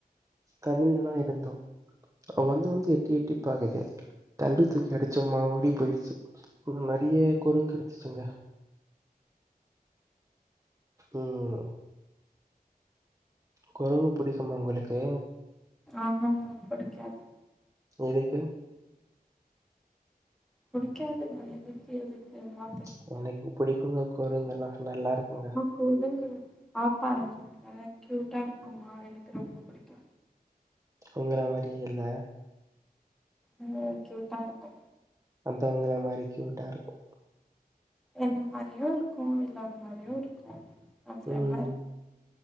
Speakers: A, on the right (about 20°); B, in the centre.
A: தண்ணில தா இருந்தோ வந்து வந்து எட்டி எட்டி பாக்குது கல்ல தூக்கி அடிச்சோ மா ஓடி போயிடுச்சு ம் நெறையா கொரங்கு இருந்துச்சுங்க ம் கொரங்கு புடிக்கும்மா உங்களுக்கு
B: ஆ ஆ ஆ புடிக்காது
A: ஏதுக்கு
B: புடிக்காதுங்க எதுக்கு எதுக்கெல்லா
A: ச்சு எனக்கு புடிக்குங்க கொரங்கு எல்லா நல்லா இருக்குங்க
B: கொரங்கு பாப்பா நல்லா க்யூட்டாக இருக்கும்மா எனக்கு ரொம்ப புடிக்கு
A: உங்கள மாரியே இல்ல
B: ம் க்யூட்டா இருக்கு
A: அதா உங்கள மாரி கியூட்டா இருக்கு
B: என்ன மாரியு இருக்கு இல்லாத மாரியு இருக்கு அதுல
A: ம்
B: என்ன இருக்கு